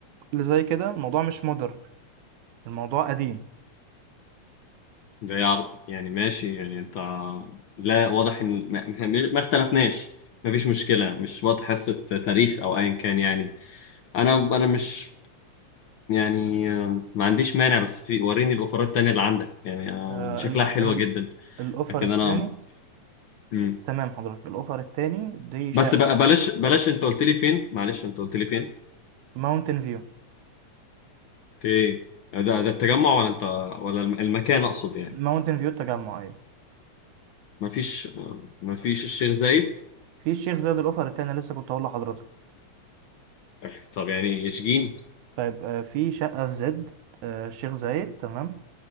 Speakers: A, on the right; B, on the left.
A: اللي زي كده الموضوع مش مودرن الموضوع قديم
B: ده إيه عر- يعني ماشي يعني انت لا واضح ان ما, ما ما اختلفناش مفيش مشكلة مش وقت حصة تاريخ او ايا كان يعني انا انا مش يعني آه، ما عنديش مانع بس في وريني الاوفرات التانية اللي عندك يعني آه،
A: آه
B: دي شكلها
A: ال-
B: حلوة
A: ال-
B: جدا
A: الاوفر
B: لكن
A: التاني
B: انا مم.
A: تمام حضرتك الاوفر التاني دي شقه
B: بس بقى بلاش بلاش انت قلت لي فين معلش انت قلت لي فين
A: ماونتن فيو
B: اوكي ده ده التجمع ولا انت ولا الم- المكان اقصد يعني
A: ماونتن فيو التجمع ايوه
B: مفيش مفيش الشيخ زايد
A: في الشيخ زايد الاوفر التاني لسه كنت هقول لحضرتك
B: <laughs> طب يعني اشجين
A: طيب آه في شقه في زد آه الشيخ زايد تمام